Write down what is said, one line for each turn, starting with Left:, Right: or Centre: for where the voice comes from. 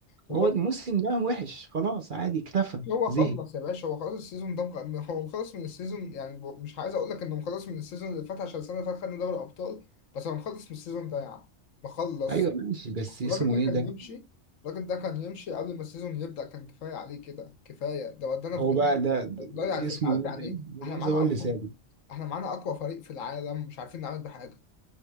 Left: وبرضه
Right: هو الموسم ده وحش خلاص عادي اكتفى
Left: هو
Right: زهق
Left: خلص يا باشا هو خلاص السيزون ده مخ- هو مخلص من السيزون يعني ب- مش عايز اقول لك انه مخلص من السيزون اللي فات عشان السنه اللي فاتت خدنا دوري ابطال بس هو مخلص من السيزون ده يعني مخلص
Right: ايوه ماشي بس اسمه
Left: الراجل ده
Right: ايه
Left: كان
Right: ده
Left: يمشي الراجل ده كان يمشي قبل ما السيزون يبدا كان كفايه عليه كده كفايه ده ودانا
Right: هو
Left: في داهيه
Right: بقى ده, ده
Left: ضيع الفريق
Right: اسمه
Left: عارف
Right: ايه
Left: يعني
Right: ده
Left: ايه
Right: بيريز
Left: احنا معانا
Right: هو اللي
Left: اقوى
Right: سابه
Left: احنا معانا اقوى فريق في العالم مش عارفين نعمل بحاجه